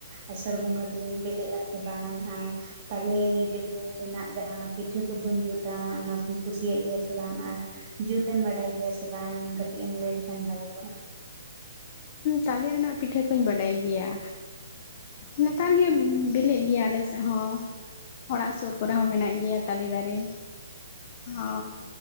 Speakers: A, on the right; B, on the left.
A: ᱟᱥᱟᱲ ᱵᱚᱸᱜᱟ ᱫᱤᱱ ᱵᱤᱞᱤᱜ ᱟᱥᱮ ᱵᱟᱝᱼᱟ? ᱛᱟᱞᱮ ᱵᱮᱞᱮ ᱨᱮᱱᱟᱜ ᱡᱟᱦᱟᱸ ᱯᱤᱴᱷᱟᱹ ᱠᱚᱵᱚᱱ ᱡᱩᱛᱟ ᱚᱱᱟ ᱠᱚ ᱠᱩᱥᱤᱭᱟᱜ ᱜᱮᱭᱟ ᱥᱮ ᱵᱟᱝ ᱟᱨ? ᱡᱩᱛ ᱮᱢ ᱵᱟᱰᱟᱭ ᱜᱮᱭᱟ ᱥᱮ ᱵᱟᱝ? ᱠᱟᱹᱴᱤᱡ ᱮᱢ ᱞᱟᱹᱭ ᱞᱮᱠᱷᱟᱱ ᱵᱷᱟᱜᱮ ᱠᱚᱜᱼᱟ᱾
B: ᱛᱟᱞᱮ ᱨᱮᱱᱟᱜ ᱯᱤᱴᱷᱟᱹ ᱠᱚᱧ ᱵᱟᱰᱟᱭ ᱜᱮᱭᱟ᱾ ᱱᱮᱛᱟᱨ ᱜᱮ ᱵᱤᱞᱤᱜ ᱜᱮᱭᱟ ᱟᱞᱮ ᱥᱮᱫ ᱦᱚᱸ ᱚᱲᱟᱜ ᱥᱩᱨ ᱠᱚᱨᱮ ᱦᱚᱸ ᱢᱮᱱᱟᱜ ᱜᱮᱭᱟ ᱛᱟᱞᱮ ᱫᱟᱨᱮ ᱦᱚᱸ